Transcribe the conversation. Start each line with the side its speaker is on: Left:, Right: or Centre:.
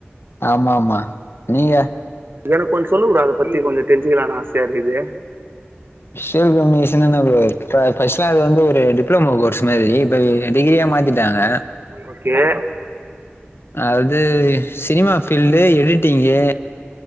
Left: ஆமா ஆமா நீங்க
Right: எனக் கொஞ் சொல்லு ப்ரோ அத பத்தி கொஞ்ச தெரிஞ்சுக்கலான ஆசையா இருக்குது
Left: விஷுவல் கம்யூனிகேஷனா என்ன ப்ரோ ஃபஸ்ட்டுல அது வந்து ஒரு டிப்ளோமோ கோர்ஸ் மாதிரி இப்ப என் டிகிரியா மாத்திட்டாங்க
Right: ஓகே
Left: அது சினிமா ஃபீல்டு எடிட்டிங்கு